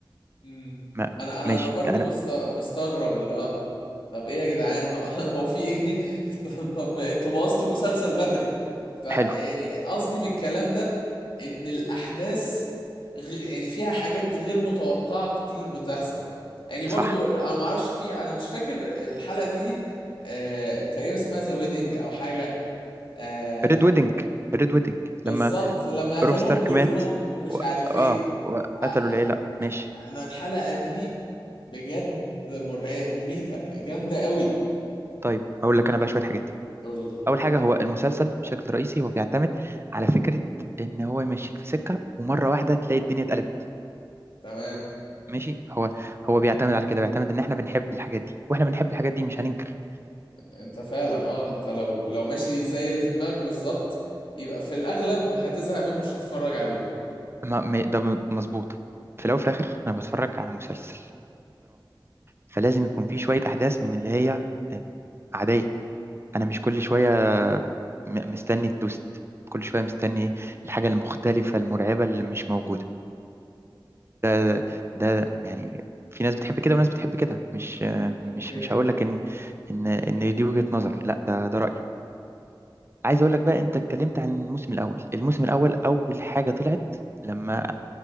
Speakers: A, on the left (about 80°); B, on the right (about 30°).
A: امم
B: ما...
A: انا انا
B: ماشي
A: انا برضه
B: يعني
A: مست... مستغرب اللي هو طب ايه يا جدعان هو, <laughs> هو في ايه <laughs> طب طب انتوا بوظتوا المسلسل بدري فيعني
B: حلو
A: قصدي من الكلام ده ان الاحداث غ... يعني فيها حاجات غير متوقعة كتير بتحصل يعني برضو
B: صح
A: انا ما اعرفش في انا مش فاكر الحلقة دي دي آه... تقريبا اسمها ذا ويدنج او حاجة آه...
B: ريد ويدنج ريد ويدنج
A: بالظبط
B: لما
A: لما قتلوهم
B: روب ستارك
A: كلهم
B: مات
A: ومش
B: و...
A: عارف ايه
B: اه وقتلوا
A: آ- آ-
B: العيله ماشي
A: انا الحلقة دي بجد مرع... مميتة جامدة قوي
B: طيب اقول لك انا بقى شويه حاجات
A: قول لي
B: اول حاجه هو المسلسل بشكل رئيسي هو بيعتمد على فكره ان هو يمشيك في سكه ومره واحده تلاقي الدنيا اتقلبت
A: تمام
B: ماشي هو هو بيعتمد على كده بيعتمد ان احنا بنحب الحاجات دي واحنا بنحب الحاجات دي مش هننكر
A: انت فعلا اه انت لو لو ماشي زي اللي في دماغك بالظبط يبقى في الاغلب هتزهق منه مش هتتفرج عليه
B: ما ما- ده م- مظبوط في الاول وفي الاخر انا بتفرج على مسلسل فلازم يكون في شويه احداث من اللي هي آه، عاديه انا مش كل شويه م- مستني التوست كل شويه مستني الحاجه المختلفه المرعبه اللي مش موجوده ده ده يعني في ناس بتحب كده وناس بتحب كده مش
A: اوكي
B: مش مش هقول لك ان ان ان دي وجهه نظر لا ده ده رايي عايز اقول لك بقى انت اتكلمت عن الموسم الاول الموسم الاول اول حاجه طلعت لما